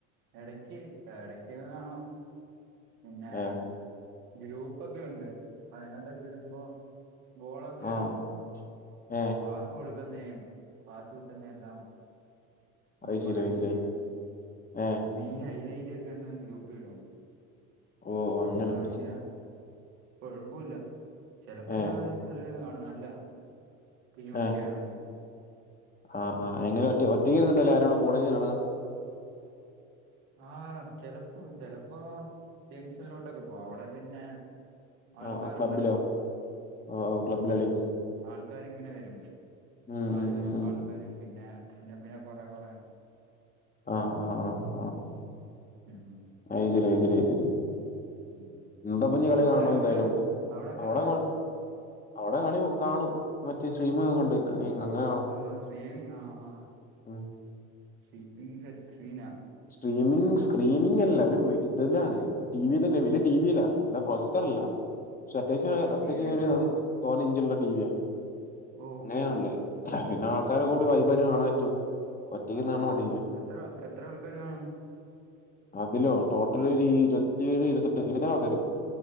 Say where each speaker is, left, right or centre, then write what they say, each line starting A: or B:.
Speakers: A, on the right; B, on the left.
A: എടക്ക് എടക്കെന്നാ പിന്നെ
B: ഏഹ്
A: ഗ്രൂപ്പൊക്കെ ഉണ്ട് അതിനകത്തൊക്കെ ഇടുമ്പോ ഗോളൊക്കെ ഇടും
B: ആഹ് ഏഹ്
A: പാ കൊടുക്കുന്നേയും പാസ് കിട്ടുന്ന എല്ലാം
B: അത്
A: ഗോൾ
B: ശരി
A: അടിക്കുന്ന
B: അത് ശരി ഏഹ്
A: മെയിൻ ഹൈലൈറ്റ് ഒക്കെ അങ്ങ് ഗ്രൂപ്പിലിടും
B: ഓഹ് അങ്ങനെ
A: അപ്പൊ അയില്ല കൊഴപ്പൂല്ല ചിലപ്പോ
B: ഏഹ്
A: രാവിലെ പുള്ളിരുന്ന് കാണും നല്ല ഫിലിമൊക്കെയാണെങ്കിൽ
B: ഏഹ് ആഹ് ആഹ് എങ്ങനെ ഒ ഒറ്റകീരുന്നിട്ടാ അല്ല ആരോടൊ കൂടയിരുന്ന് കാണാ
A: ആഹ് ചെലപ്പോ ചെലപ്പോ ജംഗ്ഷനിലോട്ടൊക്കെ പോവാ അവിടെ പിന്നെ ആൾക്കാരുണ്ടല്ലോ
B: ആഹ് ആഹ് ക്ലബ്ബിലോ ആഹ് ആഹ് ക്ലബ്ബിലെ കളി
A: ആൾക്കാരിങ്ങനെ വരും
B: ഉം
A: ആദ്യ
B: ഉം
A: ഒരു
B: ഉം ഉം
A: ആൾക്കാര് പിന്നെ പിന്നെ പിന്നെ കൊറ കൊറ
B: ആഹ് ആഹ് ആ ആഹ്
A: ഉം
B: ഐജരി ഐജിരി ഐജരി
A: ഉം
B: എന്താപ്പഞ്ഞു കളി
A: അവിടെ
B: കാണുമൊ എന്തായാലും
A: അവിടെ അവിടൊക്കെ
B: അവിടെ
A: എങ്ങനാ
B: കൊഴപ്പം അവിടെ കളി കാണും മറ്റ് <unintelligible> ഒക്കെ ഉണ്ട് അ അങ്ങനെ കാണും
A: ഓ ശ്രീവിങ്ങ് ആഹ് ആഹ്
B: ഉം
A: ശ്രീപ്പിങ് സെറ്റ് സീനാ
B: സ്ട്രീമിംഗ്
A: ആ
B: സ്ക്രീൻ സ്ക്രീനിങ് അല്ല ഒരു ഇതിലാണ് ടി വി തന്നെ വലിയ ടി വിയില അല്ലാതെ പ്രൊജക്ടർ അല്ല പക്ഷെ അത്യാവശ്യം
A: ഓ
B: അത്യാവശ്യം
A: ടി വിയിലാ
B: ഒരു തോനെ ഇഞ്ച് ഉള്ള ടിവിയാ
A: ഓ
B: അങ്ങനെയാണല്ലേ പിന്നെ ആൾക്കാരെ
A: ഓ
B: കൂടി
A: ഓ
B: വൈബായിട്ട് കാണാൻ പറ്റും ഒറ്റക്കിരുന്ന്
A: ആ
B: കാണുന്ന
A: ആ
B: മടിയല്ലേ
A: എത്ര എത്ര ആൾക്കാര് കാണും
B: അതിലോ ടോട്ടൽ ഒരു ഇരുപത്തിയേഴ്‌ ഇരുപത്തെട്ട് ഇരുപത്തേഴ് ആൾക്കാര്